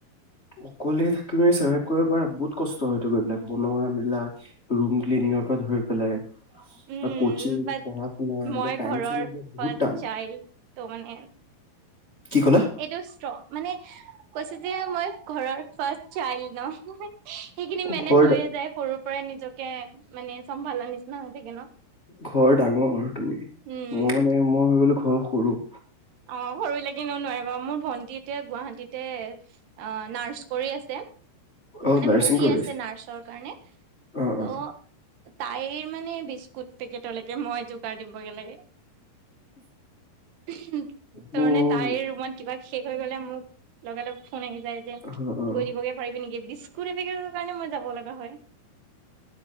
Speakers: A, on the left (about 25°); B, on the right (about 80°).
A: অকলে থাকি মেলি চাৰ্ভাইভ কৰিব পাৰা বহুত কষ্ট হয়তটো গৈ পেলাই বনোৱা মেলা ৰুম ক্লিনিঙৰ পৰা ধৰি পেলাই
B: উম
A: আৰু কচিং
B: বাট
A: পঢ়া শুনা
B: মই
A: এ টাইম
B: ঘৰৰ
A: চ বহুত
B: ফাৰ্ষ্ট
A: টান
B: চাইল্ড ত' মানে
A: কি ক'লা
B: এইটো স্ত্ৰ, মানে কৈছোঁ দিয়া মই ঘৰৰ ফাৰ্ষ্ট চাইল্ড ন সেইখিনি
A: অ
B: মেনেজ
A: ঘৰ
B: হৈয়েই
A: ডা-
B: যায়। সৰু প্ৰায়েই নিজকে, মানে, চম্ভালাৰ নিচিনা হৈ থাকে, ন?
A: ঘৰৰ ডাঙৰ আৰু, তুমি,
B: উম
A: মই, মানে, মই হৈ গ'লোঁ ঘৰৰ সৰু
B: অ', সৰু লাগি, ন? নোৱাৰে বাৰু মোৰ ভণ্টি এতিয়া গুৱাহাটীতেই, অ', নাৰ্চ কৰি আছে।
A: অ
B: মানে,
A: নাৰ্ছিং
B: পঢ়ি
A: কৰি
B: আছে,
A: আছো
B: নাৰ্চৰ কাৰণে,
A: অ
B: ত'
A: অ
B: তাইৰ, মানে, বিস্কুট পেকেটলৈকে, মই যো গাৰ দিবগে লাগে। তাৰ,
A: মোৰ
B: মানে, তাইৰ ৰুমত কিবা শেষ হৈ গ'লে, মোক লগে-লগে ফোন আহি যায় যে।
A: অ অ
B: গৈ দিবগে পাৰিবি নেকি? বিস্কুট এটাৰ কাৰণেও, মই যাব লগা হয়